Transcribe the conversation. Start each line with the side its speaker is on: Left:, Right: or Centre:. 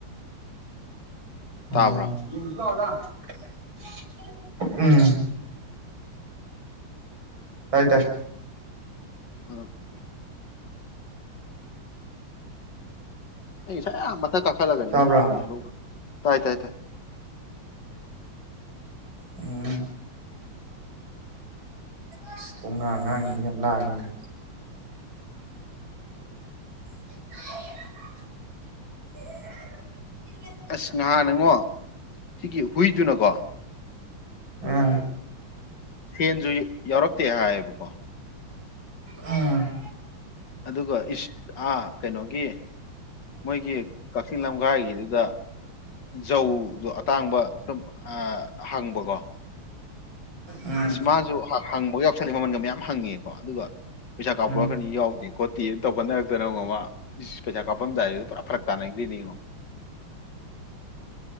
Right: ꯂ
Left: ꯇꯥꯕ꯭ꯔꯥ
Right: <unintelligible> ꯎꯝ ꯇꯥꯏ ꯇꯥꯏ
Left: ꯑꯀꯦ ꯑꯩ ꯉꯁꯥꯏ ꯌꯥꯝ ꯃꯊꯛ ꯀꯥꯈꯠꯂꯒꯅꯤ
Right: ꯇꯥꯕ꯭ꯔꯥ
Left: ꯑꯃ ꯁꯥꯟꯅꯔꯨꯕꯗꫭ ꯇꯥꯏ ꯇꯥꯏ ꯇꯥꯏ
Right: ꯎꯝ ꯑꯁ ꯊꯣꯡ ꯉꯥꯡ ꯉꯥꯡꯖꯤꯡ ꯁꯤ ꯌꯥꯝ ꯂꯥꯡꯉꯤꯗ <inaudible>
Left: ꯑꯁ ꯉꯍꯥꯟꯅꯉꯣ ꯁꯤꯒꯤ ꯍꯨꯏꯗꯨꯅꯀꯣ
Right: ꯎꯝ
Left: ꯐ‌ꯦꯟꯁꯨ ꯌꯥꯎꯔꯛꯇꯦ ꯍꯥꯏꯌꯦꯕꯀꯣ꯫
Right: ꯎꯝ꯫
Left: ꯑꯗꯨꯒ ꯏꯁ ꯑꯥ ꯀꯩꯅꯣꯒꯤ ꯃꯣꯏꯒꯤ ꯀꯛꯆꯤꯡ ꯂꯝꯒꯥꯏꯒꯤꯗꯨꯗ ꯖꯧꯗꯣ ꯑꯇꯥꯡꯕ ꯁꯨꯝ ꯍꯪꯕꯀꯣ꯫
Right: ꯎꯝ
Left: ꯏꯁ ꯃꯥꯖꯨ ꯍꯪꯕ ꯌꯥꯎꯁꯥꯜ ꯃꯃꯥꯜ ꯃꯌꯥꯝ ꯍꯪꯉꯦꯀꯣ ꯑꯗꯨꯒ꯫ ꯄꯩꯁꯥ ꯀꯥꯞꯄꯨ
Right: ꯎꯝ
Left: ꯍꯥꯢꯔꯛꯀꯟꯗ ꯌꯥꯎꯗꯦ ꯈꯣꯇꯤꯌꯦ꯫ ꯇꯧꯕꯅ <unintelligible> ꯏꯁ ꯄꯩꯁꯥ ꯀꯥꯞꯄꯝꯗꯥꯏꯗ ꯄꯨꯔꯥ ꯐꯔꯛ ꯇꯥꯅꯩ꯫꯫ <unintelligible>